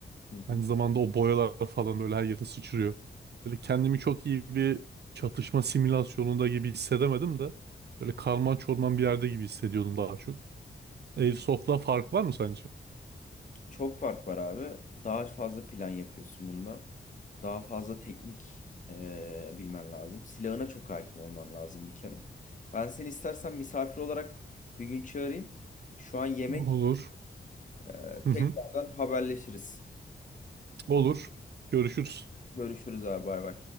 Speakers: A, on the left; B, on the right.
A: Hı hı.
B: Aynı zamanda o boyalar falan böyle her yere sıçrıyor. Böyle kendimi çok iyi bir çatışma simülasyonunda gibi hissedemedim de. Böyle karman çorman bir yerde gibi hissediyordum daha çok. Airsoft'la fark var mı sence?
A: Çok fark var abi. Daha fazla plan yapıyorsun bunda. Daha fazla teknik eee, bilmen lazım. Silahına çok hakim olman lazım bir kere. Ben seni istersen misafir olarak bir gün çağırayım. Şu an yemek.
B: Olur.
A: Eee,
B: Hı
A: tekrardan
B: hı.
A: haberleşiriz.
B: Olur. Görüşürüz.
A: Görüşürüz abi bay bay.